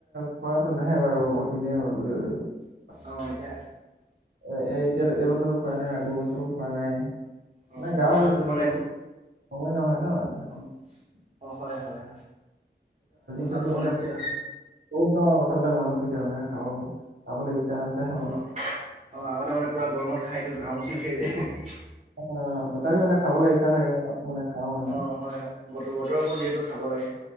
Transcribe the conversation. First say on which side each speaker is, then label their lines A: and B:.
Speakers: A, on the right; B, on the right.
A: খোৱাটো নাহে বাৰু বহুত দিনেই হ'ল বুলিব লাগিব <unintelligible>
B: অঁ এতিয়া
A: এ এ এতিয়াতো এইবছৰটো খোৱাই নাই আগৰ বছৰো খোৱা নাই <unintelligible>
B: অ',
A: মানে গাও
B: কঁঠালটো
A: বুলি
B: মানে
A: সময় নহয় ন স <unintelligible>
B: অ', অ হয় হয় হয় কঁঠালটো
A: <unintelligible>
B: মানে এতিয়া
A: বহুত ডাঙৰ কথাবিলাক মনত পৰিছে তানে খাব খাবলৈ আছে মানে
B: অ অ আগতে মানে পুৰা গৰমত খাই দিও ঘামচি উঠে যে <unintelligible>
A: অ তথাপি মানে খাবলৈ ইচ্ছা থাকে মানে খাওঁ মানে
B: অ', হয় হয় বতৰ বতৰৰ ফল যিহেতু খাব লাগে